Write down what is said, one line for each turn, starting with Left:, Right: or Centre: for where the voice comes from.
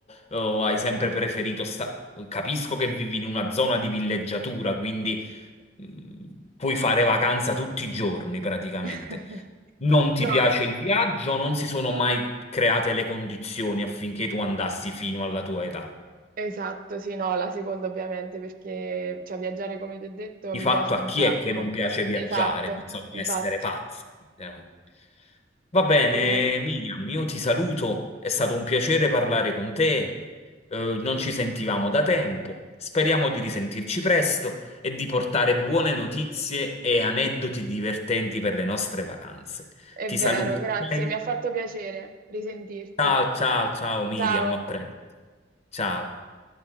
Left: o hai sempre preferito sta... Capisco che vivi in una zona di villeggiatura, quindi mh, puoi fare vacanza tutti i giorni praticamente.
Right: <laughs>
Left: Non ti
Right: No,
Left: piace il viaggio, non si sono mai create le condizioni affinché tu andassi fino alla tua età.
Right: esatto, sì, no, la seconda ovviamente, perché cioè, viaggiare, come ti ho detto,
Left: Di
Right: mi
Left: fatto
Right: piace un
Left: a chi
Right: sacco.
Left: è che non piace viaggiare?
Right: Esatto,
Left: Bisogna
Right: infatti.
Left: essere pazzi. Eh. Va bene,
Right: E-
Left: Miriam, io ti saluto. È stato un piacere parlare con te. Eh, non ci sentivamo da tempo. Speriamo di risentirci presto e di portare buone notizie e aneddoti divertenti per le nostre vacanze.
Right: è
Left: Ti
Right: vero,
Left: saluto.
Right: grazie,
Left: ok?
Right: mi ha fatto piacere risentirti.
Left: Ciao, ciao, ciao Miriam,
Right: Ciao.
Left: a presto. Ciao.